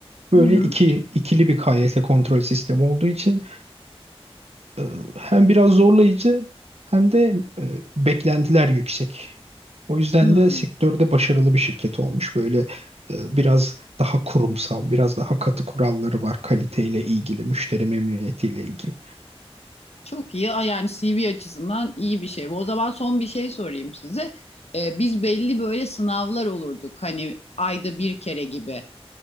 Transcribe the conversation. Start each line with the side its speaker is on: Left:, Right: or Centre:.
Right: Böyle
Left: Hı hı.
Right: iki, ikili bir KYS kontrol sistemi olduğu için e, hem biraz zorlayıcı hem de e, beklentiler yüksek. O yüzden
Left: Hmm,
Right: de sektörde başarılı bir şirket olmuş. Böyle e, biraz daha kurumsal, biraz daha katı kuralları var kaliteyle ilgili, müşteri memnuniyetiyle ilgili.
Left: çok iyi. Aa, Yani CV açısından iyi bir şey. bu. O zaman son bir şey sorayım size. Ee, biz belli böyle sınavlar olurduk. Hani ayda bir kere gibi